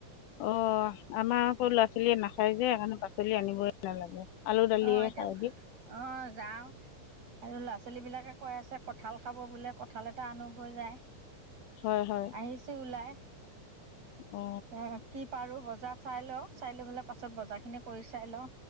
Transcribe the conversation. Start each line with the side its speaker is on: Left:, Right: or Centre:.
Left: অ আমাৰ সৰু ল'ৰা-ছোৱালীয়ে নাখায় যে সেইকাৰণে পাচলি আনিবই নালাগে। আলু দালিয়ে
Right: অ এতিয়া
Left: খাই
Right: অ
Left: দিয়ে
Right: যাওঁ আৰু ল'ৰা-ছোৱালী বিলাকে কৈ আছে ক। কঁঠাল খাব বোলে কঁঠাল এটা আনগৈ যাই
Left: হয় হয়
Right: আহিছোঁ ওলাই।
Left: অ
Right: এতিয়া কি পাৰোঁ বজা। বজা চাই লওঁ চাই লৈ পেলাই পাছত বজাৰ খিনি কৰি চাই লওঁ